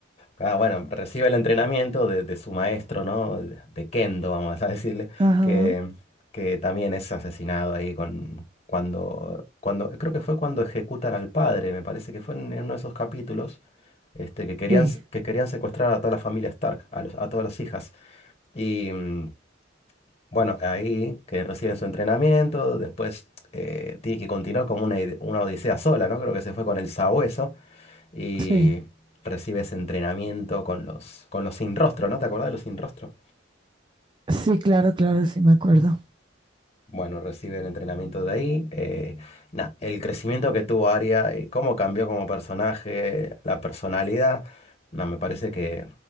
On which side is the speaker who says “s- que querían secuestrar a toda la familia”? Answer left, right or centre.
Left